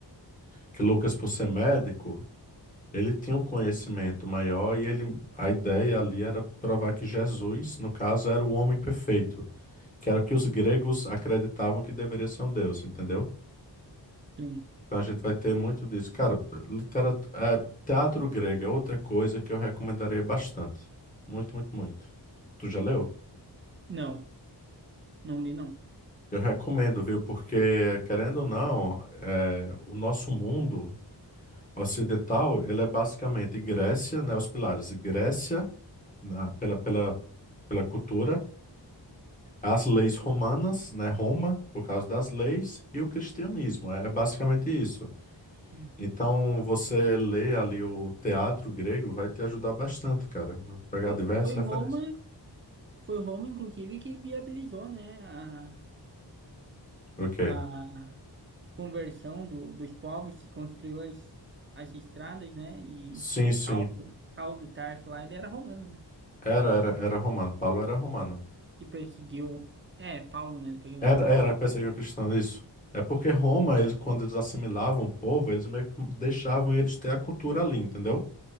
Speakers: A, on the left (about 20°); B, on the right (about 30°).
A: que Lucas, por ser médico, ele tinha um conhecimento maior e ele, a ideia ali era provar que Jesus, no caso, era o homem perfeito, que era o que os gregos acreditavam que deveria ser um deus, entendeu?
B: sim.
A: Então a gente vai ter muito disso. Cara, Literatura, teatro grego é outra coisa que eu recomendaria bastante. Muito, muito, muito. Tu já leu?
B: Não, não li, não.
A: Eu recomendo, viu? Porque, querendo ou não, é, o nosso mundo ocidental, ele é basicamente Grécia, né? Os pilares Grécia, na- pela, pela, pela cultura, as leis romanas, né, Roma, por causa das leis, e o cristianismo. É é basicamente isso.
B: Hum.
A: Então, você lê ali o teatro grego vai te ajudar bastante, cara. Vou Pegar
B: Foi,
A: diversas
B: foi
A: referências.
B: Roma, foi Roma, inclusive, que viabilizou, né? A,
A: Ok.
B: a conversão do, dos povos que construiu as, as estradas, né? E,
A: Sim,
B: e
A: sim.
B: Saulo, Saulo de Tarso lá, ele era romano, né?
A: Era, era, era romano. Paulo era romano.
B: Que perseguiu. É, Paulo, né? Depois ele
A: Era,
B: mudou
A: era,
B: o nome.
A: pensei que o cristão, isso. É porque Roma, eles, quando eles assimilavam o povo, eles meio que deixavam eles ter a cultura ali, entendeu?